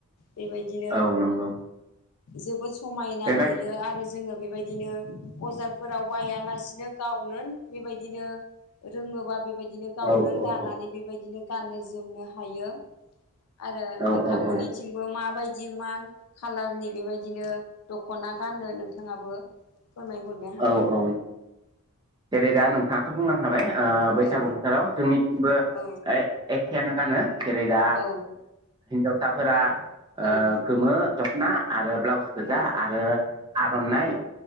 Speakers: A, on the left; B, on the right.
A: बेबायदिनो
B: औ नंगौ
A: जोबोद समायना
B: बेबाय
A: नुयो आरो। जोङो बेबायदिनो बजारफोराव बायालासिनो गावनो बेबायदिनो रोङोबा बेबायदिनो गावनो
B: औ औ
A: दानानै बेबायदिनो गाननो जोमनो हायो। आरो
B: औ
A: नोंथांमोननिथिं
B: औ
A: माबायदि मा खाालारनि बेबायदिनो दखना गानो नोंथाङाबो फोरमायहरनो हागोन
B: औ औ जेरै दा नोंथाङाथ' बुंलांखाबाय ओ बैसागु
A: औ
B: बोथोराव जोंनि थिंबो
A: औ
B: एखेयानो गानो जेरै दा
A: औ
B: हिनजावसाफोरा
A: औ
B: ओ गोमो दखना आरो ब्लाउस गोजा
A: औ
B: आरो आर'नाइ
A: औ